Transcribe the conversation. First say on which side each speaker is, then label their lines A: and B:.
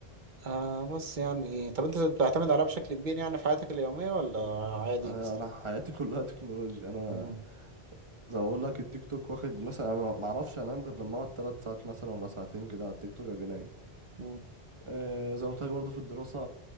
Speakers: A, on the right (about 50°); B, on the right (about 30°).
A: آه بس يعني طب انت بتعتمد عليها بشكل كبير يعني في حياتك اليومية ولا عادي؟
B: انا انا حياتي كلها تكنولوجيا انا
A: مم،
B: زي ما بقول لك التيك توك واخد مثلا انا ما اعرفش انام غير لما اقعد ثلاث ساعات مثلا ولا ساعتين كده على التيك توك اجي نايم
A: مم،
B: آه، زي ما قلت لك برضه في الدراسة